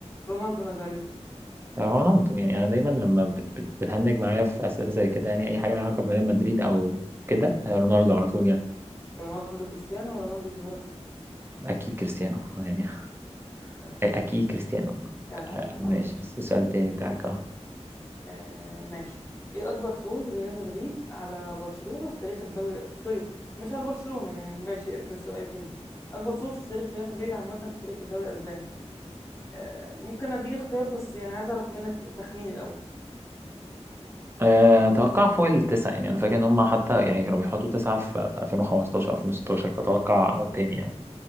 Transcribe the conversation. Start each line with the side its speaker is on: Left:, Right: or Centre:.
Left: رونالدو نازاريو
Right: رونالدو يعني انا دايما لما بت بت بتهنج معايا في اسئله زي كده يعني اي حاجه لها علاقه بريال مدريد او كده آه، رونالدو على طول يعني
Left: رونالدو كريستيانو ورونالدو الظاهرة
Right: اكيد كريستيانو يعني أ-
Left: <laughs> ماشي
Right: اكيد كريستيانو
Left: جدع يا عم
Right: ماشي
Left: ماشي
Right: س- سؤال تاني بتاعك اه
Left: آه ماشي ايه أكبر فوز ريال مدريد على برشلونة في تاريخ الدوري سوري مش على برشلونة يعني ماشي اركن السؤال اركن دي أكبر فوز في تاريخ ريال مدريد عامة في تاريخ الدوري الأسباني آه ممكن أديك اختيارات بس يعني عايز أعرف منك التخمين الأول
Right: آه، اتوقع فوق التسعه يعني انا فاكر ان هم حتى يعني كانوا بيحطوا تسعه في في 2015 2016 فاتوقع تاني يعني